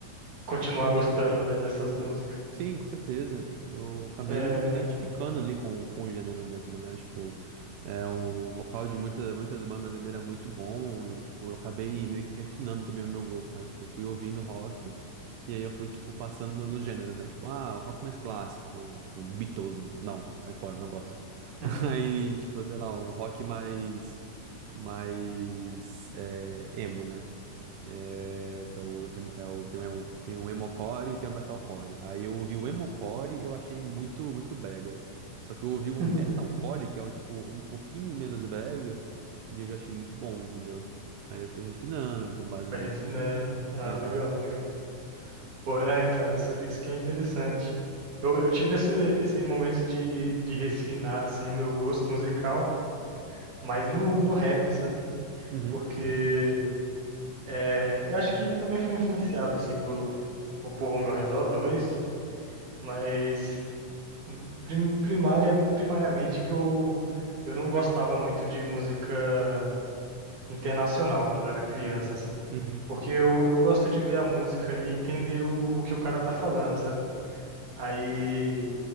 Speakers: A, on the right; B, on the right.
A: continuar gostando, né? Dessas músicas.
B: Ah, Sim, com certeza. Eu acabei
A: É...
B: me identificando ali com, com o gênero mesmo, né? Tipo, é, o vocal de muitas, muitas bandas ali era muito bom e, tipo, eu acabei meio que refinando também o meu gosto, né? Tipo, fui ouvindo rock e aí eu fui, tipo, passando no- nos gêneros, né? Tipo, ah, rock mais clássico, tipo, Beatles, não, sai fora, não gosto.
A: uhum.
B: <laughs> Aí, tipo, sei lá, um rock mais, mais, é, emo, né? É, o que é o, emo- é o, tem um, tem um emocore e tem um metalcore. Aí eu ouvi o emocore e eu achei muito, muito brega. Só que eu ouvi o
A: <laughs>
B: metalcore, que é um, tipo, um pouquinho menos brega, e eu já achei muito bom, entendeu? Aí eu fui refinando com base
A: Vai
B: nisso.
A: refinando. Ah,
B: Aham.
A: legal, legal. Pô, é, então, isso, isso que é interessante. Eu, eu tive esse, esse momento de, de refinar, assim, meu gosto musical. mas no, no rap, sabe?
B: Uhum.
A: Porque é, eu acho que também foi influenciado, assim, pelo o povo ao meu redor, talvez, mas prim- primária, primariamente que eu, eu não gostava muito de música internacional quando eu era criança, assim.
B: Uhum.
A: Porque eu, eu gosto de ver a música ali e entender o, o que o cara tá falando, sabe? Aí